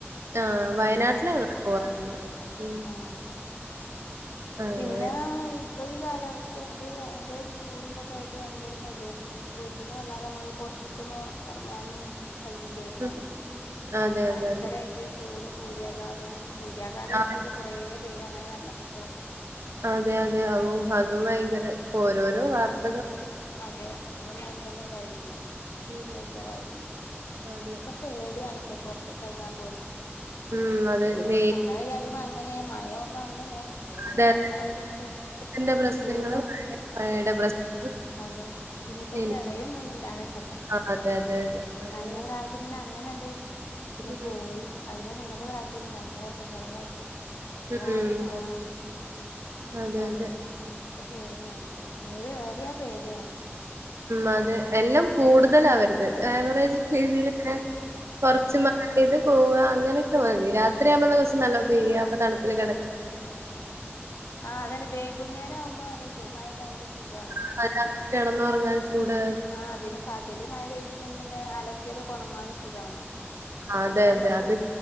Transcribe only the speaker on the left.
ഉം
ആഹ്
പിന്നെ ഇപ്പൊ ഈ കാലാവസ്ഥ ഇത് ഭയങ്കര ഒരു ചൂടുംന്തൊക്കെ ആയിട്ട് ഭയങ്കരന്നല്ല പിന്നെ വി ട്ട്ന്നും വല്ലാതെ നമ്മള് പുറത്ക്കൊന്നും ഇറങ്ങാനൊന്നും കഴയില്ലായിരുന്നല്ലോ
ഭയങ്കരായിട്ട്
ചൂട് സൂര്യാഘാതം സൂര്യാഘാതേറ്റ്
പ കൊറേ പേര് അങ്ങനെ മരണപ്പെട്ടു
ആ
അതെ അതും ഭയങ്കരന്തായിരുന്നു
ഡേഞ്ചറായിരുന്നു
ഒക്കെ പേടിയാണ്പ്പൊ പൊറത്തേക്ക് ഇറങ്ങാൻ പോലും
പിന്നെ
അങ്ങനെ <unintelligible> വങ്ങനെ മഴ ആകുമ്പോ അങ്ങനെ അതിന്റെതായ
എല്ലാ ബുദ്ധിമുട്ടും
ഇനിയിപ്പം
ആ അതെ ഇനിയിപ്പോ
പ്രളയംന്നൊന്നുല്ലാതെക്കട്ടെ
കഴിഞ്ഞ പ്രാവശ് ച് പിന്നെ അങ്ങനെയണ്ട് പിന്നെ
പോയി അയ്ന്റെ മുന്നത്തെ പ്രാവശ്യംന് ഭയങ്കരായിട്ട് പ്രളയായിട്ട് കൊറെ
ആള് ആഹ്
എന്തായാലും
ഒക്കെ പേടിയാണ് ഇപ്പൊ ഏത് ഏറിയ പേടിയാണ്
അതെ
ആഹ് അതെ ആഹ് അതന്നെ വൈകുന്നേരം ആവുമ്പോ നല്ല സു മയയ്താ നല്ല സുഖാണ്
ആഹ് പിന്നെ പകല് മഴ പെയ്തില്ലെങ്കി പിന്നെ അലക്കിയത് കൊണങ്ങാനും സുഖാണ്
മറ്റേ
അമ്മക്ക്